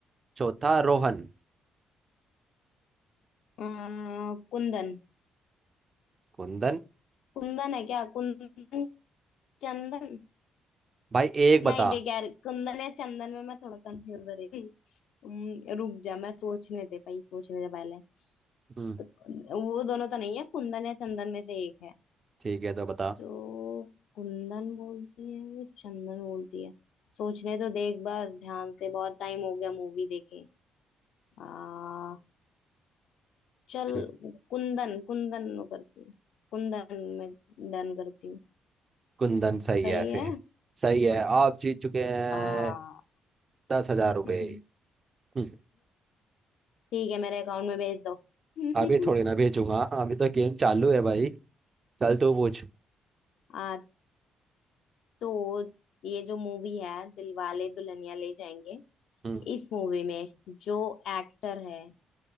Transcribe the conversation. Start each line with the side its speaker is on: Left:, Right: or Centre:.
Right: चौथा रोहन
Left: हम्म। अ, कुंदन
Right: कुंदन
Left: कुंदन है क्या कुंदन चंदन
Right: भाई एक बता
Left: नहीं देख यार कुंदन या चंदन में मैं थोड़ा कंफ्यूज हो रही हूँ। हम्म, रुक जा मैं सोचने दे भाई सोचने दे पहले
Right: हम्म
Left: तो वो दोनों तो नहीं है कुंदन या चंदन में से एक है
Right: ठीक है तो बता
Left: तो कुंदन बोलती है वो चंदन बोलती है सोचने तो दे एक बार ध्यान से बहुत टाइम हो गया मूवी देखे आ चल
Right: ठीक
Left: कुंदन कुंदन वो करती हूँ कुंदन में डन करती हूँ
Right: कुंदन सही
Left: सही
Right: है फिर
Left: है
Right: सही है आप जीत चुके हैं
Left: आ
Right: दस हजार
Left: हम्म,
Right: रुपये हम्म,
Left: ठीक है मेरे अकाउंट में भेज दो <laughs>
Right: अभी थोड़ी ना भेजूंगा अभी तो गेम चालू है भाई चल तू पूछ
Left: आज तो ये जो मूवी है दिलवाले दुल्हनिया ले जाएंगे
Right: हम्म
Left: इस मूवी में जो एक्टर है